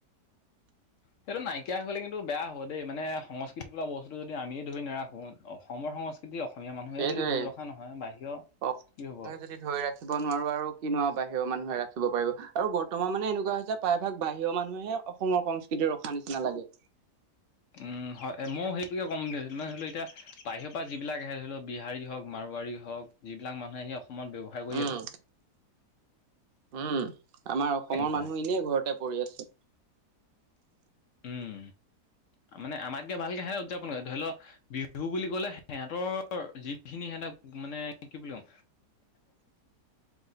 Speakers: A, on the left; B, on the right.
A: সেইটো নাইকিয়া হৈ গলে কিন্তু বেয়া হ'ব দেই মানে সংস্কৃতি বোল বস্তু যদি আমিয়ে ধৰি নাৰাখো অসমৰ সংস্কৃতি অসমীয়া মানুহে
B: সেইটোৱে
A: যদি ধৰি ৰখা নহয় বাহিৰৰ
B: অসমে
A: কি হ'ব
B: যদি ধৰি ৰাখিব নোৱাৰো আৰু কিনো বাহিৰৰ মানুহে ৰাখিব পাৰিব আৰু বৰ্তমান মানে এনেকুৱা হৈছে যে প্ৰায় ভাগ বাহিৰৰ মানুহেহে অসমৰ সংস্কৃতিৰ ৰখা ন <unintelligible> নালাগে
A: উম হয় মই সেইটোকে ক'ম মানে ধৰি লও এতিয়া বাহিৰৰ পৰা যিবিলাক আহে ধৰি লও বিহাৰী হওক মাৰু <unintelligible> হওক যিবিলাক মানুহে সি অসমত ব্যৱসায় কৰি
B: উম,
A: আছে
B: উম আমাৰ অসমৰ
A: কৰে
B: মানুহ এনেই ঘৰতে পৰি আছে
A: উম মানে আমাতকে ভালকে সিহঁতে উদযাপন কৰে ধৰি লও বিহু বুলি ক'লে সিহঁতৰ যিখিনি সিহ <unintelligible> মানে কি বুলি ক'ম
B: <unintelligible>